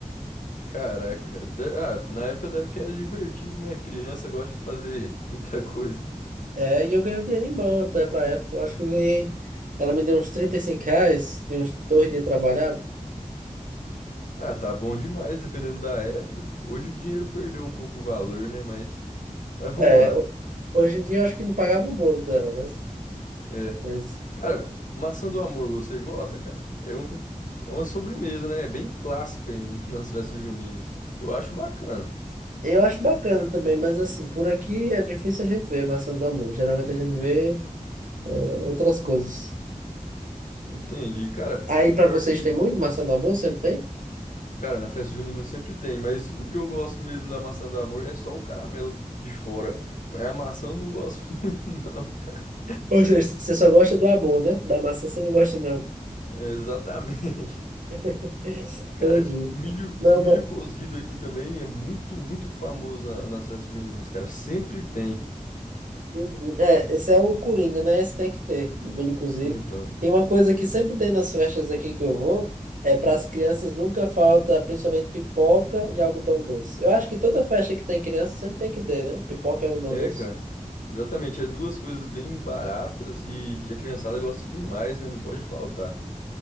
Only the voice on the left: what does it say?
Caraca, cara. De- Ah, na época deve que era divertido, né? Criança gosta de fazer muita coisa.
Ah, tá bom demais, dependendo da época. Hoje o dinheiro perdeu um pouco o valor, né? Mas, mas vamos
lá.
É.
Cara, maçã do amor, você gosta, cara? É um, é uma sobremesa, né? É bem clássica em- <laughs> nas festas juninas. Eu acho bacana.
Entendi. Cara,
pior
que
Cara, na festa junina sempre tem, mas o que eu gosto mesmo da maçã do amor é só o caramelo de fora. A maçã eu não gosto <laughs> muito, não, cara.
É, exatamente. <laughs>
Cara,
milho,
o milho
cozido aqui também é muito, muito famoso na- nas festas juninas, cara. Sempre tem.
Então,
é,
cara. Exatamente. É duas coisas bem baratas e que a criançada gosta demais, né? Não pode faltar.